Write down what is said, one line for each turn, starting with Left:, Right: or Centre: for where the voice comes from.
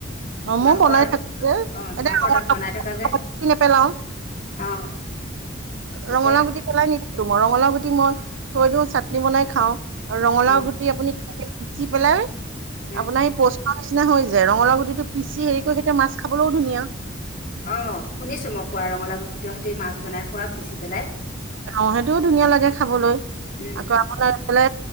Right: অ
Left: তোমালোকৰ
Right: মই বনাই
Left: অ'
Right: থাকো যে এতিয়া
Left: তোমালোকৰ
Right: ৰঙালাও
Left: তাত বনাই থকা যে।
Right: গুটি নেপেলাও
Left: অ'। এতিয়া
Right: ৰঙালাও গুটি পেলাই নিদিওঁতো, মই ৰঙালাও গুটি মই থৈ দিওঁ চাটনি বনাই খাওঁ। আৰু ৰঙালাও
Left: উম
Right: গুটি আপুনি পিচি পেলাই
Left: উম
Right: আপোনাৰ সেই পছ নিচিনা হৈ যায়, ৰঙা গুটিটো পিছি হেৰি কৰি সেইতে মাছ খাবলৈও ধুনীয়া।
Left: অ' শুনিছোঁ মই কোৱা ৰঙালা গুটি তহঁতে মাছ বনাই খোৱা পিছি পেলাই।
Right: আহওঁ সেইটোও ধুনীয়া লাগে খাবলৈ
Left: উম
Right: আকৌ আপোনাৰ এফালে